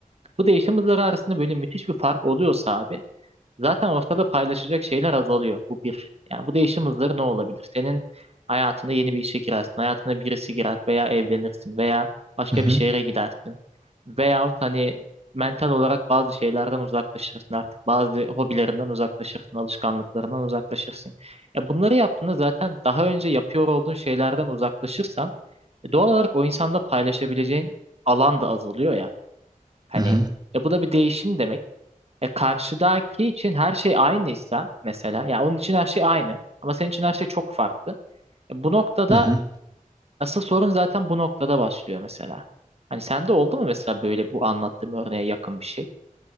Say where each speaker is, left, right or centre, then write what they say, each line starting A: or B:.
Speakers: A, on the right; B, on the right.
A: Bu değişim hızları arasında böyle müthiş bir fark oluyorsa abi Zaten ortada paylaşacak şeyler azalıyor. Bu bir. Yani bu değişim hızları ne olabilir? Senin hayatında yeni bir işe girersin. Hayatına birisi girer veya evlenirsin veya başka
B: hı hı,
A: bir şehre gidersin. Veyahut hani mental olarak bazı şeylerden uzaklaşırsın artık. Bazı hobilerinden uzaklaşırsın, alışkanlıklarından uzaklaşırsın. Ya bunları yaptığında zaten daha önce yapıyor olduğun şeylerden uzaklaşırsan e, doğal olarak o insanda paylaşabileceğin alan da azalıyor ya. Hani
B: hı hı,
A: e bu da bir değişim demek. E karşıdaki için her şey aynıysa mesela ya onun için her şey aynı ama senin için her şey çok farklı. E, bu noktada
B: hı hı.
A: asıl sorun zaten bu noktada başlıyor mesela. Hani sende oldu mu mesela böyle bu anlattığım örneğe yakın bir şey?